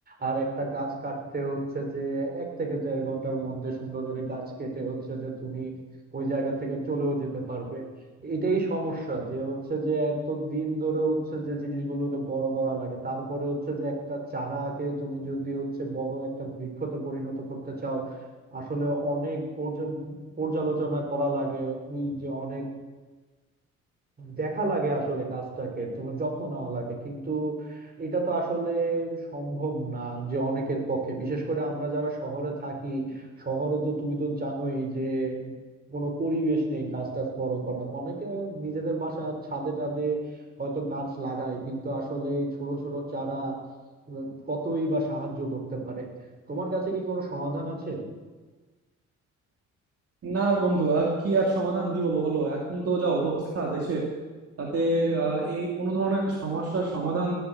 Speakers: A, on the right; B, on the right.
A: আর একটা গাছ কাটতে হচ্ছে যে এক থেকে দেড় ঘন্টার মধ্যে সুন্দর করে গাছ কেটে হচ্ছে যে তুমি ওই জায়গা থেকে চলেও যেতে পারবে এটাই সমস্যা যে হচ্ছে যে এত দিন ধরে হচ্ছে যে জিনিসগুলোকে বড় করা লাগে তারপরে হচ্ছে যে একটা চারাকে তুমি যদি হচ্ছে বড় একটা বৃক্ষতে পরিণত করতে চাও আসলে অনেক পর্যা- পর্যালোচনা করা লাগে এই যে অনেক দেখা লাগে আসলে গাছটাকে তোমার যত্ন নেওয়া লাগে কিন্তু এটা তো আসলে সম্ভব না যে অনেকের পক্ষে বিশেষ করে আমরা যারা শহরে থাকি শহরে তো তুমি তো জানোই যে কোনো পরিবেশ নেই গাছ টাছ বড় করার অনেকে নিজেদের বাসা ছাদে টাদে হয়তো গাছ লাগায় কিন্তু আসলে এই ছোট ছোট চারা উম, কতই বা সাহায্য করতে পারে তোমার কাছে কি কোনো সমাধান আছে
B: না বন্ধু আর কি আর সমাধান দিব বলো এখন তো যা অবস্থা দেশের তাতে আহ, এই কোনো ধরনের সমস্যার সমাধান